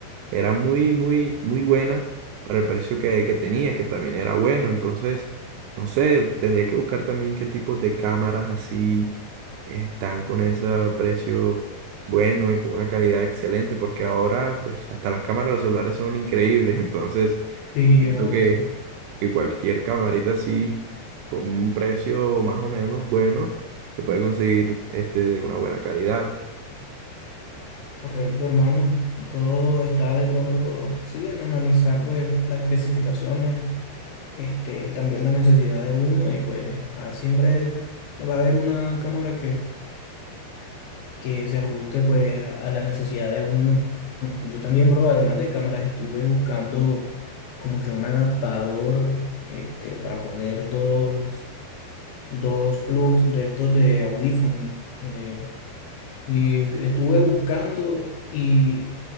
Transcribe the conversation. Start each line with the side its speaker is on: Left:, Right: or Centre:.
Right: era muy, muy, muy buena para el precio que, que tenía, que también era bueno. Entonces, no sé, tendría que buscar también qué tipos de cámaras así están con ese precio bueno y con una calidad excelente, porque ahora, pues, hasta las cámaras de los celulares son increíbles. <laughs> Entonces,
Left: Sí,
Right: siento
Left: hermano,
Right: que
Left: sí.
Right: que cualquier camarita así, con un precio más o menos bueno, se puede conseguir este de una buena calidad.
Left: Correcto, hermano. Todo está de pronto, sí, en analizar pues las especificaciones, este, también la necesidad de uno y pues ah, siempre va a haber una cámara que que se ajuste pues a a la necesidad de uno. Yo también, bro, además de cámaras, estuve buscando como que un adaptador este, para poner dos, dos plugs de estos de audífonos. Eh, y estuve buscando y